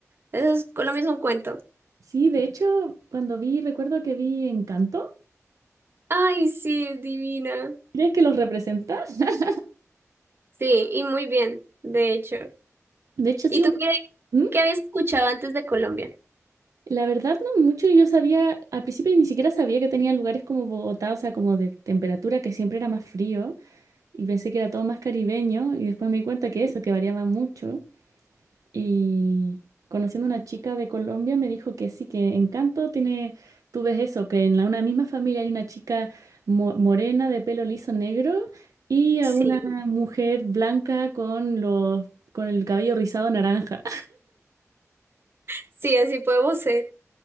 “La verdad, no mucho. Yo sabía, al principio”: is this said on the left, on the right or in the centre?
Right